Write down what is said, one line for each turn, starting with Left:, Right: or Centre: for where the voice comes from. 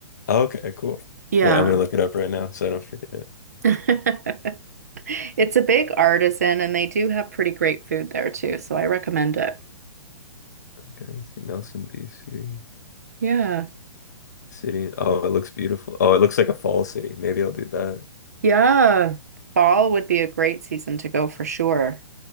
Left: Okay, cool.
Right: Yeah.
Left: Wait, I'm gonna look it up right now so I don't forget.
Right: <laughs> It's a big artisan and they do have pretty great food there too, so I recommend it.
Left: Okay, let's see. Nelson, BC.
Right: Yeah.
Left: City. Oh, it looks beautiful. Oh, it looks like a fall city. Maybe I'll do that.
Right: Yeah. Fall would be a great season to go for sure.